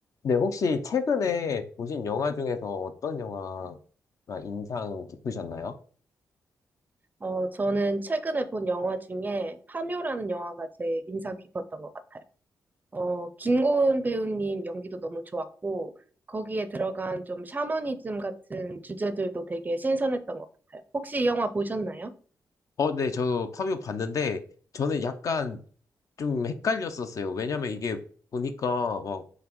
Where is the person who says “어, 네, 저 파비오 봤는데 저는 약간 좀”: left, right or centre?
Left